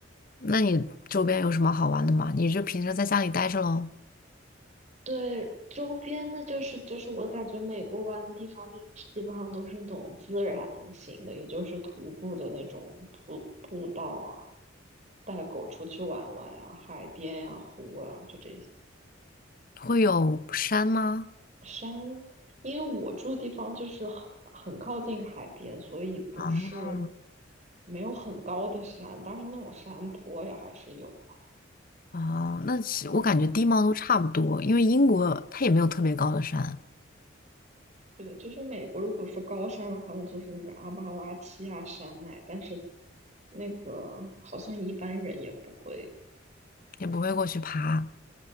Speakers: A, on the left; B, on the right.
A: 那你周边有什么好玩的吗？你就平时在家里待着喽？
B: 对，周边呢，就是就是我感觉美国玩的地方就基本上都是那种自然型的，也就是徒步的那种步步道啊，带狗出去玩玩呀、海边呀、湖啊，就这些
A: 会有山吗？
B: 山。因为我住的地方就是很很靠近海边，所以不是
A: 啊。
B: 没有很高的山，当然那种山坡也还是有
A: 哦，那其我感觉地貌都差不多，因为英国它也没有特别高的山，
B: 对，就是美国，如果说高山的话，那就是那个阿巴拉契亚山脉，但是那个好像一般人也不会。
A: 也不会过去爬。